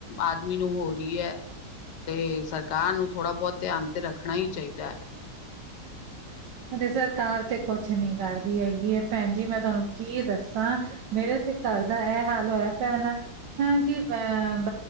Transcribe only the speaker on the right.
ਸਰਕਾਰ ਤੇ ਕੁਛ ਨੀ ਕਰਦੀ ਹੈਗੀ ਹੈ ਭੈਣ ਜੀ ਮੈਂ ਤੁਹਾਨੂੰ ਕੀ ਦੱਸਾਂ। ਮੇਰੇ ਥੇ ਘਰ ਦਾ ਇਹ ਹਾਲ ਹੋਇਆ ਭੈਣ ਹਾਂ ਕਿ ਅਹ।